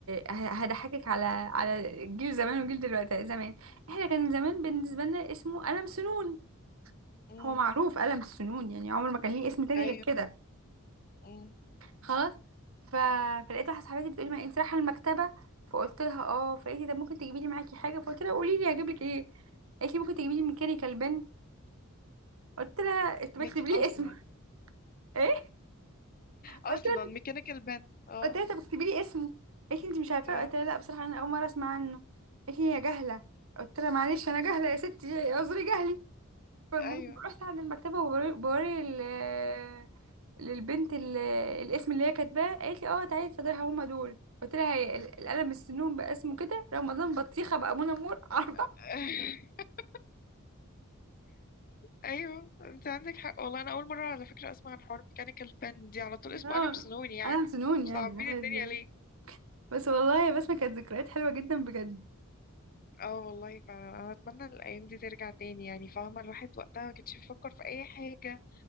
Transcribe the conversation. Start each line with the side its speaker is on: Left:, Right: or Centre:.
Right: آه، هضحكك على على جيل زمان وجيل دلوقتي آه، زمان احنا كان زمان بالنسبه لنا اسمه قلم سنون
Left: امم
Right: هو معروف قلم السنون يعني عمر ما كان ليه اسم تاني
Left: ايوه
Right: غير كده
Left: امم
Right: خلاص ف... فلقيت واحده صاحبتي بتقولي ما انت رايحه المكتبه فقلت لها اه فقالت لي ده ممكن تجيبي لي معاكي حاجه فقلت لها قولي لي هجيب لك ايه قالت لي ممكن تجيبي لي ميكانيكال بن قلت لها انت بتكتبي
Left: مك...
Right: لي
Left: اصلا
Right: اسمه <laughs> ايه
Left: اصلا
Right: قلت لها
Left: ميكانيكال بن اه
Right: قلت لها طب اكتبي لي اسمه قالت لي انت مش عارفاه
Left: اه
Right: قلت لها لا بصراحه انا اول مره اسمع عنه قالت لي يا جهله قلت لها معلش انا جهله يا ستي اعذري جهلي فالمهم
Left: ايوه
Right: رحت عند المكتبه وبوري بوري ال- للبنت ال- الاسم اللي هي كاتباه قالت لي اه تعالي اتفضلي هما دول قلت لها هي ال- القلم السنون بقى اسمه كده رمضان بطيخه بقى منى مور <laughs> عارفه
Left: <laughs> ايوه انت عندك حق والله انا اول مره على فكره اسمع عن حوار ميكانيكال بن دي على طول
Right: نعم
Left: اسمه قلم سنوني يعني
Right: قلم سنون
Left: صعبين
Right: يعني عادي.
Left: الدنيا ليه
Right: بس والله بس ما كانت ذكريات حلوه جدا بجد
Left: اه والله فعلا انا اتمنى الايام دي ترجع تاني يعني فاهمه الواحد وقتها ما كانش بيفكر في اي حاجه